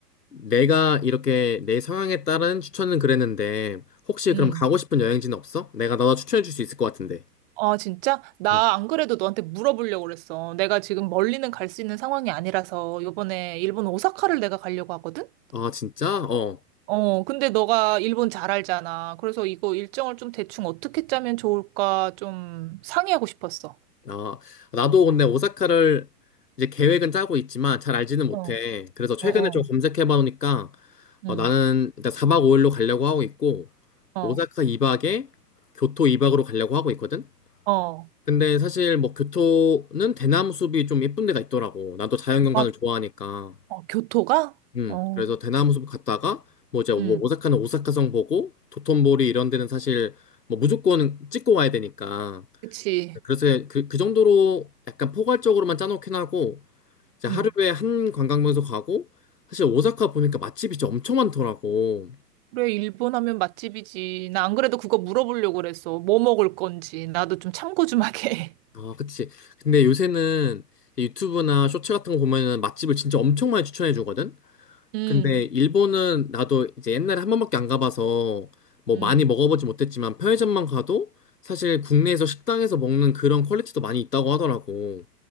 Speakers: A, on the left; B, on the right.
A: 내가 이렇게 내 성향에 따른 추천은 그랬는데 혹시
B: 음.
A: 그럼 가고 싶은 여행지는 없어? 내가 너 추천해 줄 수 있을 것 같은데.
B: 아, 진짜? 나
A: 응.
B: 안 그래도 너한테 물어보려고 그랬어. 내가 지금 멀리는 갈 수 있는 상황이 아니라서, 요번에 일본 오사카를 내가 가려고 하거든?
A: 아 진짜? 어.
B: 어, 근데 너가 일본 잘 알잖아. 그래서 이거 일정을 좀 대충 어떻게 짜면 좋을까 좀 상의하고 싶었어.
A: 아 나도 근데 오사카를 이제 계획은 짜고 있지만 잘 알지는 못해.
B: 어,
A: 그래서 최근에
B: 어, 어,
A: 좀 검색해 봐 놓으니까 어,
B: 응,
A: 나는 일단 4박 5일로 가려고 하고 있고
B: 어,
A: 오사카 2박에 교토 2박으로 가려고 하고 있거든.
B: 어.
A: 근데 사실 뭐 교토는 대나무 숲이 좀 예쁜 데가 있더라고. 나도 자연경관을
B: 아,
A: 좋아하니까.
B: 어, 교토가?
A: 음,
B: 어,
A: 그래서 대나무숲 갔다가 뭐 이제 뭐
B: 응,
A: 오사카는 오사카성 보고 도톤보리 이런 데는 사실 뭐 무조건 찍고 와야 되니까
B: 그치.
A: 그래서 그, 그 정도로 약간 포괄적으로만 짜놓긴 하고 이제 하루에
B: 응.
A: 한 관광명소 가고 사실 오사카 보니까 맛집이 진짜 엄청 많더라고.
B: 그래, 일본 하면 맛집이지. 나 안 그래도 그거 물어보려고 그랬어. 뭐 먹을 건지. 나도 좀 참고 좀 하게.
A: 아, 그치. 근데 요새는 유튜브나 쇼츠 같은 거 보면은 맛집을 진짜 엄청 많이 추천해 주거든.
B: <laughs> 응,
A: 근데 일본은 나도 이제 옛날에 한 번밖에 안 가봐서 뭐
B: 응,
A: 많이 먹어보지 못했지만 편의점만 가도 사실 국내에서 식당에서 먹는 그런 퀄리티도 많이 있다고 하더라고.